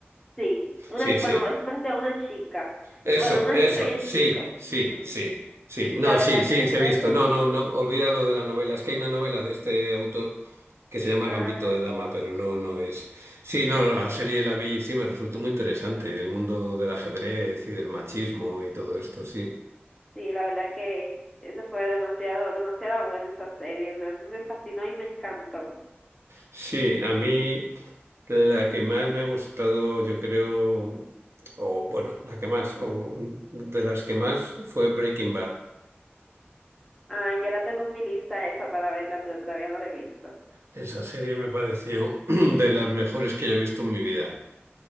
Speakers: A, in the centre; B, on the right (about 80°).
A: Sí, una,
B: Sí,
A: bueno,
B: sí.
A: es más de una chica.
B: Eso,
A: Bueno, una
B: eso,
A: chica y un
B: sí,
A: chico.
B: sí,
A: Ujú.
B: sí, sí. No,
A: La verdad
B: sí, sí,
A: que esa
B: se
A: serie,
B: he visto. No, no, no, olvida lo de la novela. Es que hay una novela de este autor que se llama
A: ah.
B: Gambito de Dama, pero no, no es. Sí, no, no, la serie la vi, sí, me resultó muy interesante. El mundo del ajedrez y del machismo y todo esto, sí.
A: Sí, la verdad que eso fue demasiado, demasiada buena esa serie. Me, me fascinó y me encantó.
B: Sí, a mí la que más me ha gustado, yo creo, o bueno, la que más, o de las que más fue Breaking Bad.
A: Ah, ya la tengo en mi lista esa para verla, pero todavía no la he visto.
B: Esa serie me pareció <clears throat> de las mejores que yo he visto en mi vida.